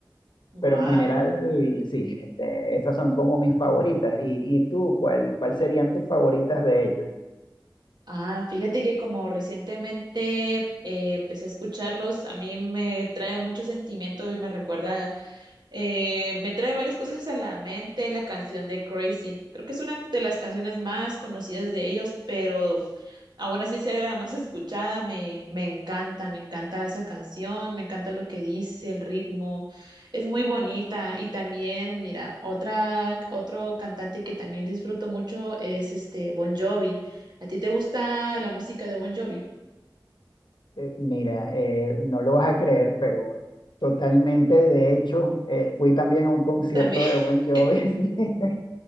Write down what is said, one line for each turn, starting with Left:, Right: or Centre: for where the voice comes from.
Right: Wow.
Left: pero en general, sí, este, esas son como mis favoritas. ¿Y, y tú, cuál, cuál serían tus favoritas de ellos?
Right: Ah, fíjate que como recientemente eh, empecé a escucharlos, a mí me trae mucho sentimiento y me recuerda, eh, me trae varias cosas a la mente la canción de Crazy. Creo que es una de las canciones más conocidas de ellos, pero Ahora sí ser la más escuchada, me, me encanta, me encanta esa canción, me encanta lo que dice, el ritmo, es muy bonita. Y también, mira, otra, otro cantante que también disfruto mucho es este Bon Jovi. ¿A ti te gusta la música de Bon Jovi?
Left: Eh, mira, eh, no lo vas a creer, pero totalmente, de hecho, eh, fui también a un concierto
Right: También.
Left: de
Right: <laughs>
Left: Bon Jovi. <laughs>